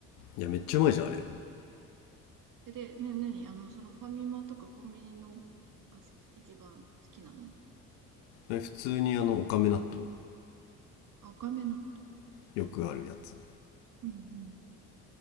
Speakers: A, on the left; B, on the right.
A: いやめっちゃうまいじゃんあれ
B: え、で、ね、なに、あの、そのファミマとかコンビニのが好き一番好きなの
A: あれ普通にあのおかめ納豆
B: 赤目納
A: よくあるやつ
B: 豆。うん